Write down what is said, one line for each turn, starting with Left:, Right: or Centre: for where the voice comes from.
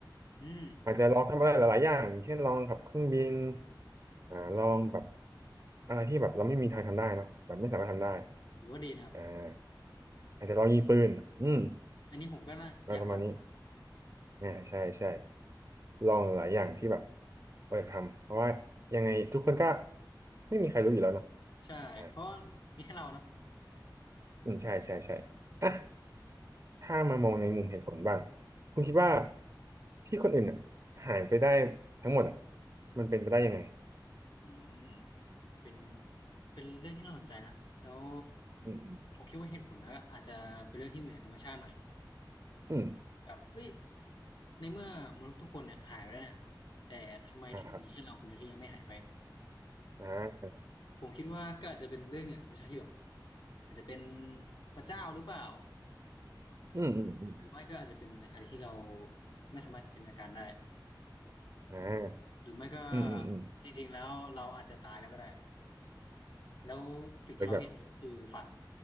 Left: อืม
Right: อาจจะลองทำอะไรหลายๆอย่างเช่นลองขับเครื่องบินอ่าลองแบบอะไรที่แบบเราไม่มีทางทำได้เนาะแบบไม่สามารถทำได้
Left: ถือว่าดีนะครับ
Right: อ่าอาจจะลองยิงปืนอืม
Left: อันนี้ผมก็น่าอยากลองกันนะ
Right: อะไรประมาณนี้อ่าใช่ใช่ลองหลายอย่างที่แบบเรายทำเพราะว่ายังไงทุกคนก็ไม่มีใครรู้อยู่แล้วเนาะ
Left: ใช่เพราะว่ามีแค่เราเนาะ
Right: อ่าอืมใช่ใช่ใช่อ่ะถ้ามามองในมุมเหตุผลบ้าง คุณคิดว่า
Left: ครับผม
Right: ที่คนอื่นอ่ะหายไปได้ทั้งหมดอ่ะมันเป็นไปได้ยังไง
Left: อืมเป็นเป็นเรื่องที่น่าสนใจนะแล้ว
Right: อืมอืม
Left: ผมคิดว่าเหตุผลนะอาจจะเป็นเรื่องที่เหนือธรรมชาติหน่อย
Right: อืม
Left: แบบเฮ้ยในเมื่อมนุษย์ทุกคนเนี่ยหายไปแล้วเนี่ยแต่ทำไมถึงมีแค่เราคนเดียวที่ยังไม่หายไป
Right: อ่าครับ อ่า
Left: ผมคิดว่าก็อาจจะเป็นเรื่องเหนือธรรมชาติที่แบบอาจจะเป็นพระเจ้าหรือเปล่า
Right: อืมอืมอืม
Left: หรือไม่ก็อาจจะเป็นอะไรที่เราไม่สามารถจินตนาการได้
Right: อ่า
Left: หรือไม่ก็
Right: อืมอืมอืม
Left: จริงๆแล้วเราอาจจะตายแล้วก็ได้แล้วสิ่งที่เราเห็นก็คือฝัน
Right: เป็นแบบ